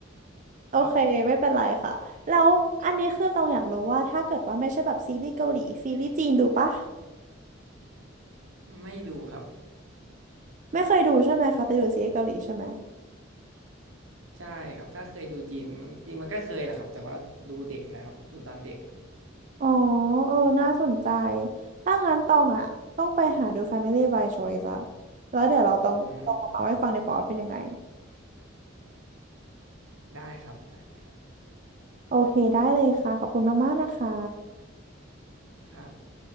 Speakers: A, on the right; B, on the right.
A: <laughs>
B: โอเคไม่เป็นไรค่ะแล้วอันนี้คือตองอยากรู้ว่าถ้าเกิดว่าไม่ใช่แบบซีรีส์เกาหลีซีรีส์จีนดูปะ
A: ครับไม่ดูครับ
B: ไม่เคยดูใช่ไหมคะแต่ดูซีรีส์เกาหลีใช่ไหม
A: ใช่ครับถ้าเคยดูจีนมันจริงมันก็เคยแหละครับแต่ว่าดูเด็กนะครับดูตอนเด็กอะครับ
B: อ๋อเออน่าสนใจถ้างั้นตองอะต้องไปหาดู Family by Choice อะแล้วเดี๋ยวเราต้องต้องมาเล่าให้ฟังดีกว่าว่าเป็นยังไง
A: อืมได้ครับได้ครับ
B: โอเคได้เลยค่ะขอบคุณมากๆนะคะ
A: ครับ